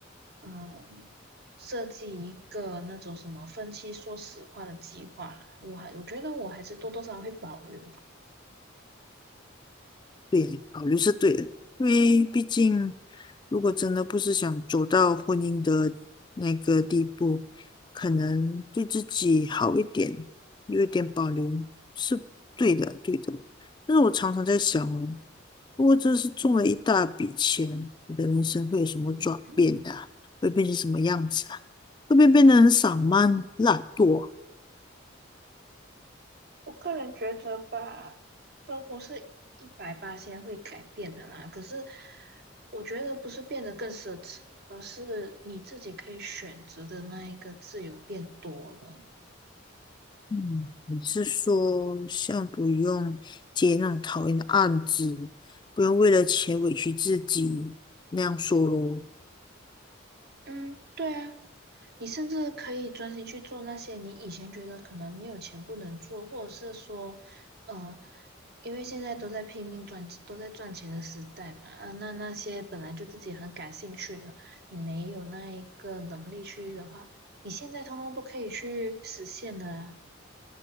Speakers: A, on the right (about 50°); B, on the left (about 20°).
A: 嗯，设计一个那种什么分期说实话的计划啦，我还我觉得我还是多多少少会保留啦。
B: 对，保留是对的，因为毕竟如果真的不是想走到婚姻的那个地步，可能对自己好一点，有一点保留是对的，对的。但是我常常在想哦，如果真是中了一大笔钱，
A: 嗯
B: 我的人生会有什么转变的啊会变成什么样子啊？
A: 嗯哼
B: 会不会变得很散漫、懒惰啊
A: 我个人觉得吧，生活是一百八先会改变的啦。可是我觉得不是变得更奢侈，而是你自己可以选择的那一个自由变多了。
B: 嗯，你是说像不用接那种讨厌的案子，不用为了钱委屈自己那样说咯？
A: 嗯，对啊，你甚至可以专心去做那些你以前觉得可能没有钱不能做，或者是说，呃，因为现在都在拼命赚，都在赚钱的时代嘛，啊那那些本来就自己很感兴趣的，你没有那一个能力去的话，你现在通通都可以去实现的啊。